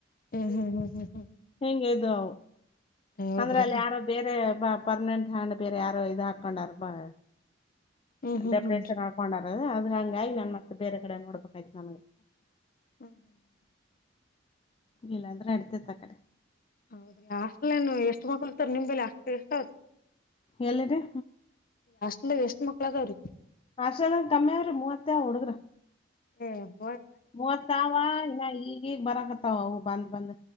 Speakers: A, on the left (about 50°); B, on the left (about 30°).
A: ಹ್ಮ್ ಹ್ಮ್ ಹ್ಮ್ ಹ್ಮ್ ಹ್ಮ್
B: ಹಿಂಗ ಇದು
A: ಹೌದ್ರಿ
B: ಅಂದ್ರೆ ಅಲ್ಲಿ ಯಾರೋ ಬೇರೆ ಬ ಪರ್ಮನೆಂಟ್ ಹ್ಯಾಂಡ್ ಬೇರೆ ಯಾರೋ ಇದ ಹಾಕೊಂಡರ್ಬಾ
A: ಹ್ಮ್ ಹ್ಮ್
B: ಡೆಪ್ರೇಷನ್
A: ಹ್ಮ್
B: ಹಾಕೊಂಡಾರ ಅದು ಹಂಗಾಗಿ ನನ್ ಮತ್ತತ್ಬೇರೆ ಕಡೆ ನೋಡ್ಬೇಕಾಯ್ತು ನನ್ಗ
A: ಹ್ಮ್ ಹ್ಮ್
B: ಇಲ್ಲ ಅಂದ್ರೆ ಅಡ್ತೆೇತ್ ಆ ಕಡೆ
A: ಹೌದ್ರಿ ಆಾಸ್ಲೇನು ಎಷ್ಟು ಮಕ್ಕಳ ತರ್ ನಿಮ್ಲಿ ಹಾಕ್ತ ಎಷ್ಟಾವ್ರಿ
B: ಎಲ್ಲರಿೀ
A: ಇಲ್ಲ ಎಷ್ಟ್ ಮಕ್ಳ ಅದಾವ್ರೀ
B: ಅರ್ಷದಂಗ ಕಮ್ಮಿಾವ್ರಿ ಮೂವತ್ತಾವ ಹುಡುಗ್ರ
A: ಹ್ಮ
B: ಮೂವತ್ವ ಇಲ್ಲ ಈಗೀಗ್ ಬರಕತ್ತಾವ ಅವು ಬಂದ್ ಬಂದ್